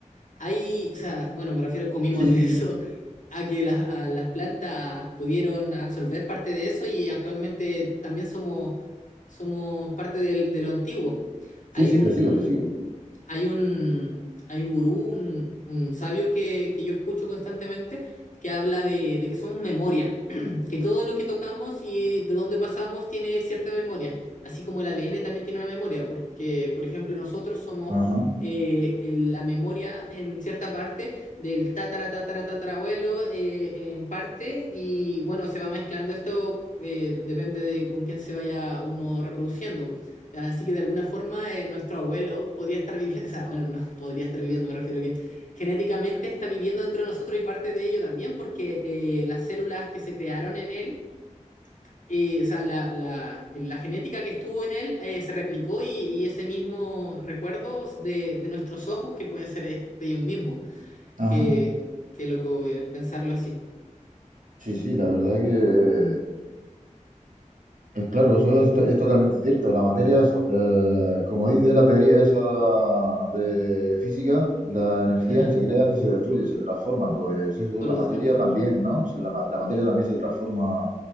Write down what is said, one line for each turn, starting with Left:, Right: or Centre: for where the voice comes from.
Left: Hay, o sea, bueno, me refiero comimos
Right: Sí,
Left: de
Right: sí,
Left: <laughs> eso
Right: sí.
Left: a que las a las plantas pudieron absorber parte de eso y actualmente también somos, somos parte del- de lo antiguo. Hay
Right: Sí, sí,
Left: un,
Right: te sigo, te sigo.
Left: hay un, hay un gurú, un, un sabio que, que yo escucho constantemente, que habla de, de que son memorias que todo lo que tocamos y de dónde pasamos tiene cierta memoria, así como el ADN también tiene una memoria, porque, por ejemplo, nosotros somos
Right: Ajá,
Left: eh, en la memoria en cierta parte del tatara, tatara, tatarabuelo eh, en parte, y bueno, se va mezclando esto, eh, depende de con quién se vaya uno reproduciendo. Así que de alguna forma eh, nuestro abuelo podría estar viviendo, <laughs> o sea, bueno, no podría estar viviendo, me refiero a que genéticamente está viviendo dentro de nosotros y parte de ello también, porque eh, las células que se crearon en él, eh, o sea, la, la- la genética que estuvo en él eh, se replicó y, y ese mismo recuerdo de, de nuestros ojos que pueden ser eh, de ellos mismos.
Right: ajá.
Left: Qué, qué loco eh, pensarlo así.
Right: Sí, sí, la verdad que Eh, Claro, eso es, to- es totalmente cierto. La materia, es, eh, como dice la teoría esa de física, la energía
Left: Ajá.
Right: ni se crea ni se destruye, se transforma. Pues eso,
Left: Solo
Right: la materia
Left: se transforma.
Right: también, ¿no? Se- La, ma- la materia también se transforma